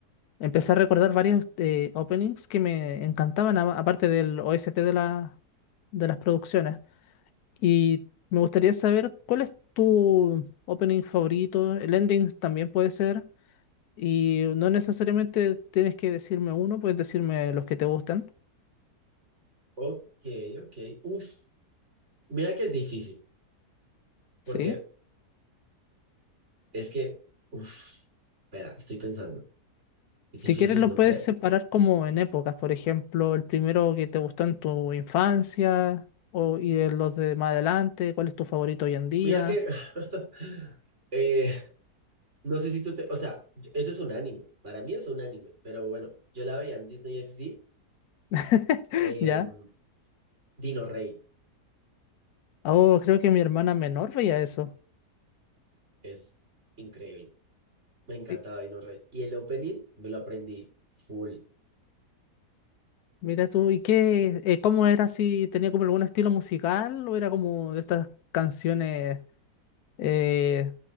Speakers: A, on the left; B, on the right.
A: empecé a recordar varios eh, openings que me encantaban, a- aparte del OST de, la, de las producciones. Y me gustaría saber cuál es tu opening favorito, el ending también puede ser, y no necesariamente tienes que decirme uno, puedes decirme los que te gustan.
B: Ok, ok. Uf, mira que es difícil, porque
A: ¿sí?
B: es que, uf, espera, estoy pensando. Es
A: Si
B: difícil,
A: quieres lo
B: ¿no
A: puedes
B: crees?
A: separar como en épocas, por ejemplo, el primero que te gustó en tu infancia o, y de los de más adelante, cuál es tu favorito hoy en día,
B: Mira que, <laughs> eh, no sé si tú te, o sea, yo- eso es un anime, para mí es un anime, pero bueno, yo la veía en Disney XD,
A: <laughs>
B: em,
A: ¿ya?
B: Dino Rey,
A: Oh, creo que mi hermana menor veía eso.
B: es increíble, me encantaba
A: Y-
B: Dino Rey. Y el opening me lo aprendí full.
A: Mira tú, ¿y qué? eh, ¿cómo era si tenía como algún estilo musical o era como de estas canciones eh,